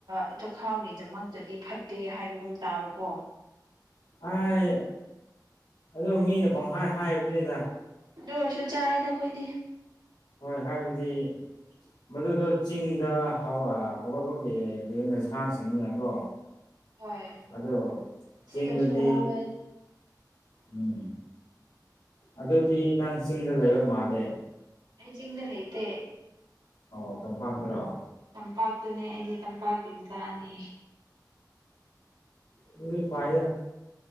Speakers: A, on the right (about 80°); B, on the left (about 85°).
A: ꯑ ꯆꯈꯥꯎꯒꯤꯗꯃꯛꯇꯗꯤ ꯐꯠꯇꯦ ꯍꯥꯏꯕꯒꯨꯝ ꯇꯥꯕꯀꯣ
B: ꯑꯥꯏ ꯑꯗꯣ ꯃꯤꯅ ꯄꯪꯈꯥꯏ ꯍꯥꯏꯕꯅꯤꯗ
A: ꯑꯗꯨ ꯑꯣꯏꯔꯁꯨ ꯆꯥꯏꯌꯦꯗ ꯑꯈꯣꯏꯗꯤ
B: ꯍꯣꯏ ꯍꯥꯏꯕꯗꯤ ꯃꯗꯨꯗꯣ ꯆꯤꯡꯗ ꯍꯧ ꯍꯧꯋꯥꯕꯛ ꯂꯩꯌꯦ ꯅꯁꯥꯡꯁꯤꯡꯅꯤꯅꯀꯣ
A: ꯍꯣꯏ
B: ꯑꯗꯣ
A: ꯁꯤꯗꯁꯨ
B: ꯆꯤꯡꯗꯗꯤ
A: ꯍꯧꯋꯦ
B: ꯎꯝ ꯑꯗꯨꯗꯤ ꯅꯪ ꯆꯤꯡꯗ ꯂꯩꯕ ꯃꯥꯜꯂꯦ
A: ꯑꯩ ꯆꯤꯡꯗ ꯂꯩꯥꯏꯇꯦ꯫
B: ꯑꯣ ꯇꯝꯄꯥꯛ ꯇꯔꯣ
A: ꯇꯝꯄꯥꯛꯇꯨꯅꯦ ꯑꯩꯗꯤ ꯇꯝꯄꯥꯛꯀꯤ ꯃꯆꯥꯅꯤ
B: ꯑꯗꯨꯁꯨ ꯐꯥꯏꯌꯦ